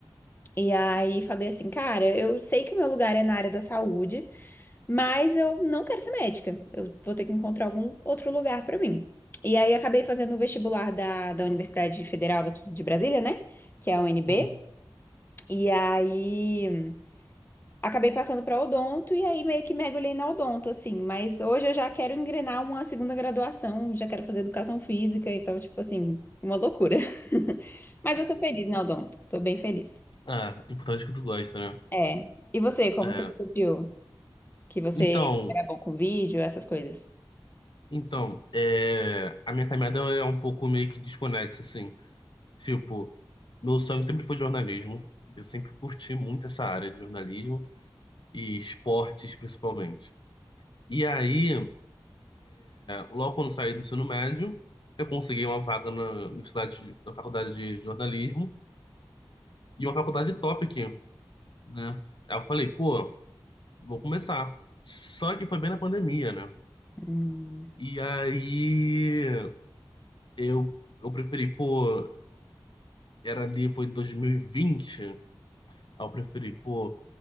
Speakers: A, on the left; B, on the left.
A: E aí falei assim, cara, eu sei que o meu lugar é na área da saúde. Mas eu não quero ser médica. Eu vou ter que encontrar algum outro lugar para mim. E aí acabei fazendo o vestibular da, da Universidade Federal aqui de Brasília, né? Que é a UNB.
B: Uhum.
A: E aí acabei passando para odonto e aí meio que mergulhei na odonto, assim. Mas hoje eu já quero engrenar uma segunda graduação, já quero fazer educação física, então, tipo assim, uma loucura. <laughs> Mas eu sou feliz na odonto, sou bem feliz.
B: Ah, importante que tu gosta, né?
A: É. E você, como
B: É.
A: você descobriu que você
B: Então,
A: era bom com vídeo, essas coisas?
B: então, é, a minha caminhada é é um pouco meio que desconexa, assim. Tipo, meu sonho sempre foi jornalismo. Eu sempre curti muito essa área de jornalismo e esportes, principalmente. E aí, Logo quando saí do ensino médio, eu consegui uma vaga na universidade, de- na faculdade de jornalismo e uma faculdade top aqui, né? Aí eu falei, pô, vou começar. Só que foi bem na pandemia, né?
A: Hum.
B: E aí eu, eu preferi, pô, era ali, foi 2020. Aí eu preferi, pô,